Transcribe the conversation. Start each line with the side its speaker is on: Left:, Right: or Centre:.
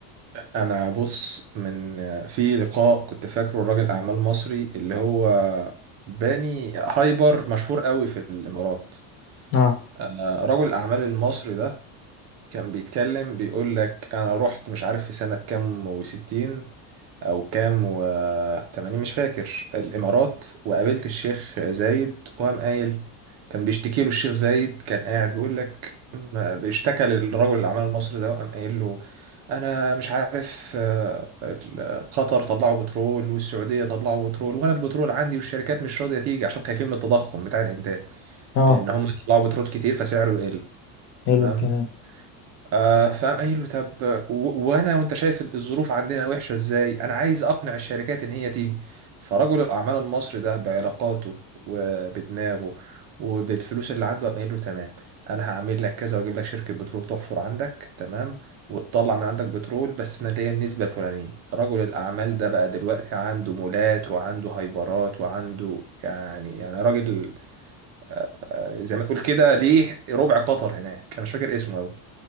Right: انا بص من في لقاء كنت فاكره راجل اعمال مصري اللي هو باني هايبر مشهور قوي في الامارات
Left: اه
Right: آه، رجل الاعمال المصري ده كان بيتكلم بيقول لك انا رحت مش عارف في سنة كام وستين او كام وتمانين مش فاكر الامارات وقابلت الشيخ زايد وقام قايل كان بيشتكي له الشيخ زايد كان قاعد بيقول لك ما- بيشتكى للرجل اللي عمل المصري ده وقام قايل له انا مش عارف آه، ال- قطر طلعوا بترول والسعوديه طلعوا بترول وانا البترول عندي والشركات مش راضيه تيجي عشان خايفين من التضخم بتاع الانتاج
Left: اه
Right: ان هم يطلعوا بترول كتير فسعره يقل تمام
Left: حلو الكلام
Right: آه فقام قايل له طب و- وانا وانت شايف الظروف عندنا وحشه ازاي انا عايز اقنع الشركات ان هي تيجي فرجل الاعمال المصري ده بعلاقاته وبدماغه وبالفلوس اللي عنده قام قايل له تمام انا هعمل لك كذا واجيب لك شركه بترول تحفر عندك تمام وتطلع من عندك بترول بس انا ليا النسبه الفلانيه رجل الاعمال ده بقى دلوقتي عنده مولات وعنده هايبرات وعنده يعني يعني راجل آه، زي ما تقول كده ليه ربع قطر هناك انا مش فاكر اسمه أوي